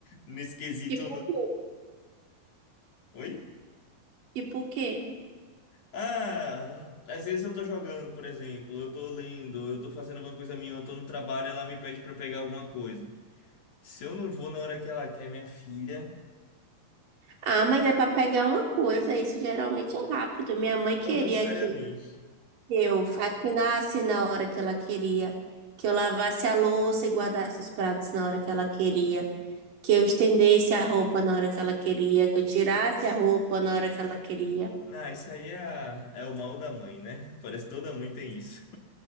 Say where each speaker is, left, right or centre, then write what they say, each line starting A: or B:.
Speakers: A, on the left; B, on the right.
A: nesse quesito.
B: Tipo o quê?
A: Oi?
B: Tipo o quê?
A: Ah, às vezes eu tô jogando, por exemplo, eu tô lendo, eu tô fazendo alguma coisa minha, eu tô no trabalho, ela me pede pra pegar alguma coisa. Se eu não vou na hora que ela quer, minha filha,
B: Ah, mas é para pegar uma coisa, isso geralmente é rápido. Minha mãe queria
A: não necessariamente.
B: que eu faxinasse na hora que ela queria, que eu lavasse a louça e guardasse os pratos na hora que ela queria. que eu estendesse a roupa na hora que ela queria, que eu tirasse a roupa na hora que ela queria.
A: Ah, isso aí é, a- é o mal da mãe, né? Parece que toda mãe tem isso.